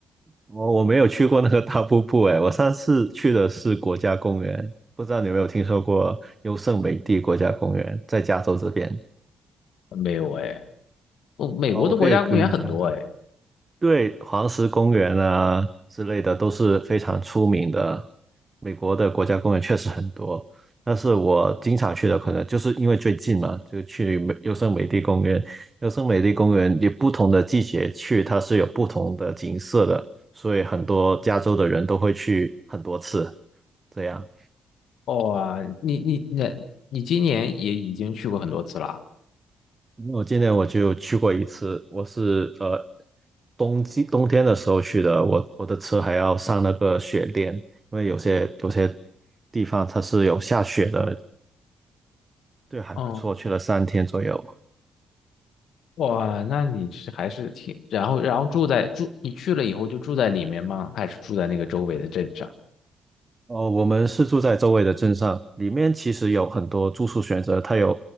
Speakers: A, on the right (about 30°); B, on the left (about 75°).
A: 我我没有去过那个大瀑布哎，我上次去的是国家公园，不知道你有没有听说过优胜美地国家公园，在加州这边。
B: 没有哎，哦，美国的国家公园很多哎。
A: 啊，我可以跟你讲讲。对，黄石公园啊之类的都是非常出名的。美国的国家公园确实很多，但是我经常去的可能就是因为最近嘛，就去美优胜美地公园。优胜美地公园你不同的季节去，它是有不同的景色的，所以很多加州的人都会去很多次。这样，
B: 哇，你你那你今年也已经去过很多次了。
A: 因为我今年我就去过一次，我是呃冬季冬天的时候去的，我我的车还要上那个雪链，因为有些有些地方它是有下雪的，对，还不错，
B: 嗯，
A: 去了三天左右。
B: 哇，那你是还是挺，然后然后住在住，你去了以后就住在里面吗？还是住在那个周围的镇上？
A: 哦，我们是住在周围的镇上，里面其实有很多住宿选择，它有